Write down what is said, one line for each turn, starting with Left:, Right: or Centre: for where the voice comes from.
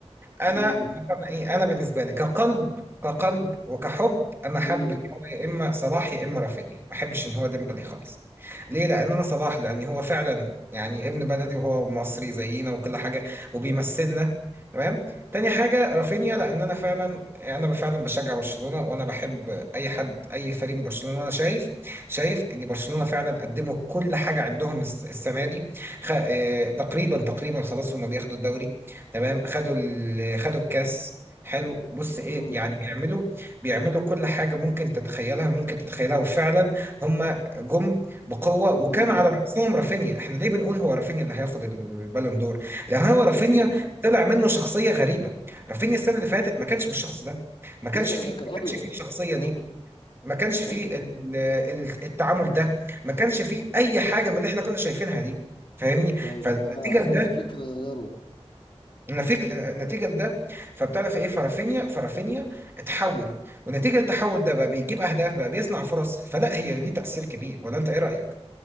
Right: انا
Left: امم
Right: انا ايه انا بالنسبه لي كقلب كقلب وكحب انا حابب
Left: امم
Right: ان هو يا اما صلاح يا اما رافينيا ما بحبش ان هو ديمبلي خالص ليه لان انا صلاح لان هو فعلا يعني ابن بلدي وهو مصري زينا وكل حاجه وبيمثلنا تمام تاني حاجه رافينيا لان انا فعلا انا فعلا بشجع برشلونه وانا بحب اي حد اي فريق من برشلونه وانا شايف شايف ان برشلونه فعلا قدموا كل حاجه عندهم الس- السنه دي خ... آه، تقريبا تقريبا خلاص هم بياخدوا الدوري تمام خدوا ال... خدوا الكاس حلو بص ايه
Left: امم
Right: يعني بيعملوا بيعملوا كل حاجه ممكن تتخيلها ممكن تتخيلها وفعلا هم جم بقوه وكان
Left: امم
Right: على راسهم رافينيا احنا ليه بنقول هو رافينيا اللي هياخد البالون دور لان هو رافينيا
Left: امم
Right: طلع منه شخصيه غريبه رافينيا السنه اللي فاتت ما كانش بالشخص ده ما كانش
Left: لا ده
Right: فيه
Left: ده كان
Right: ما
Left: ابيض
Right: كانش فيه الشخصيه
Left: كان
Right: دي
Left: ابيض
Right: ما كانش فيه
Left: ايوه
Right: ال- ال- التعامل ده ما كانش فيه اي حاجه من اللي احنا كنا شايفينها دي فاهمني
Left: لا
Right: فالنتيجه
Left: مش انا عايز هانز فليك يارو
Right: نتيجة نتيجة لده فبتعرف ايه فرافينيا فرافينيا اتحول ونتيجة التحول ده بقى بيجيب اهداف بقى بيصنع فرص فلا هي ليه تأثير كبير ولا انت ايه رأيك؟